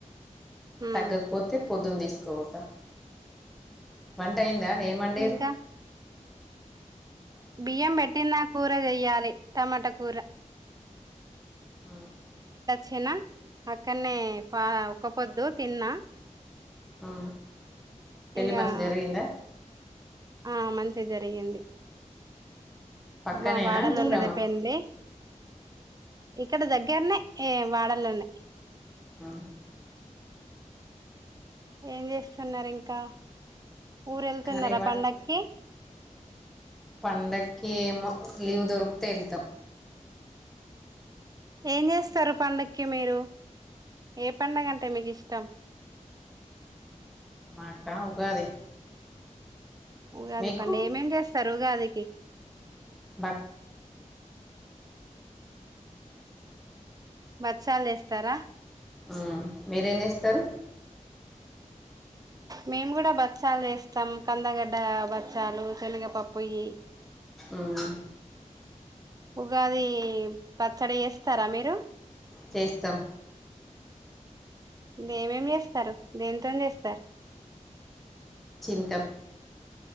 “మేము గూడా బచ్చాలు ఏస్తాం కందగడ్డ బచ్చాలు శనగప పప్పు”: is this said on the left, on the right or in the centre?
Right